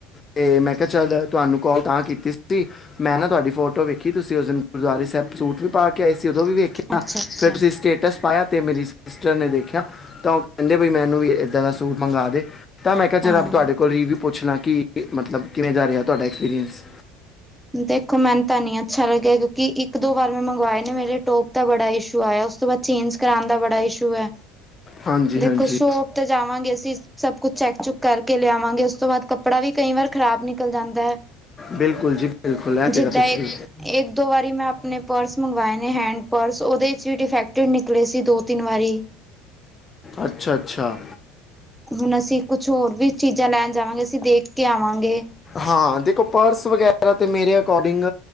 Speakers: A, on the left; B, in the centre.
A: 'ਤੇ ਮੈ ਕੇਆ ਚੱਲ, ਤੁਹਾਨੂੰ ਕੌਲ ਤਾ ਕੀਤੀ ਸੀ। ਮੈ ਨਾ ਤੁਹਾਡੀ ਫੋਟੋ ਵੇਖੀ, ਤੁਸੀ ਉਸ ਦਿਨ ਗੁਰਦੁਆਰੇ ਸਾਇਬ ਸੂਟ ਵੀ ਪਾ ਕੇ ਆਏ ਸੀ ਉਦੋ ਵੀ ਵੇਖਿਆ,
B: ਅੱਛਾ ਅੱਛਾ
A: ਫਿਰ ਤੁਸੀ ਸਟੇਟਸ ਪਾਇਆ 'ਤੇ ਮੇਰੀ ਸਿਸਟਰ ਨੇ ਦੇਖਿਆ, ਤਾ ਉਹ ਕੈਂਦੇ, ਬਈ ਮੈਨੂੰ ਵੀ ਏਦਾ ਦਾ ਸੂਟ ਮੰਗਾ ਦੇ। ਤਾ ਮੈ ਕੇਆ, ਚਲੋ
B: ਹਾਂ
A: ਤੁਹਾਡੇ ਕੋਲ ਰਿਵਿਊ ਪੁੱਛ ਲਾ ਕਿ, ਮਤਲਬ ਕਿਵੇ ਦਾ ਰੇਆ ਤੁਹਾਡਾ ਐਕਸਪੀਰੀਅੰਸ?
B: ਦੇਖੋ, ਮੈਨੂੰ ਤਾ ਨੀ ਅੱਛਾ ਲੱਗੇਆ, ਕਿਉਕਿ ਇੱਕ-ਦੋ ਵਾਰ ਮੈ ਮੰਗਵਾਏ ਨੇ ਮੇਰੇ ਟੋਪ। ਦਾ ਬੜਾ ਇਸ਼ੂ ਆਇਆ, ਉਸ ਤੋ ਬਾਦ ਚੇਂਜ ਕਰਾਨ ਦਾ ਬੜਾ ਇਸ਼ੂ ਐ,
A: ਹਾਂਜੀ
B: ਦੇਖੋ
A: ਹਾਂਜੀ
B: ਸ਼ੋਪ 'ਤੇ ਜਾਵਾਗੇ ਅਸੀ, ਸਬ ਕੁਛ ਚੈਕ- ਚੁੱਕ ਕਰਕੇ ਲਿਆਵਾਗੇ, ਉਸ ਤੋ ਬਾਦ ਕੱਪੜਾ ਵੀ ਕਈ ਵਾਰ ਖਰਾਬ ਨਿਕਲ ਜਾਂਦੈ।
A: ਬਿਲਕੁਲ ਜੀ। ਬਿਲਕੁਲ ਇਹ ਤੇ
B: ਜਿੱਦਾ
A: ਗੱਲ ਤੁਸੀਂ
B: ਇੱਕ, ਇੱਕ- ਦੋ ਵਾਰੀ ਮੈ ਅਪਨੇ ਪਰਸ ਮੰਗਵਾਏ ਨੇ, ਹੈਂਡ-ਪਰਸ, ਓਦੇ ਵਿੱਚ ਵੀ ਡਿਫੈਕਟਿਡ ਨਿਕਲੇ ਸੀ ਦੋ- ਤਿੰਨ ਵਾਰੀ।
A: ਅੱਛਾ -ਅੱਛਾ।
B: ਹੁਨ ਅਸੀ ਕੁਛ ਹੋਰ ਵੀ ਚੀਜਾ ਲੈਨ ਜਾਵਾਂਗੇ, ਅਸੀ ਦੇਖ ਕੇ ਆਵਾਗੇ।
A: ਹਾ, ਦੇਖੋ, ਪਰਸ ਵਗੈਰਾ 'ਤੇ ਮੇਰੇ ਅਕੋਡਿੰਗ,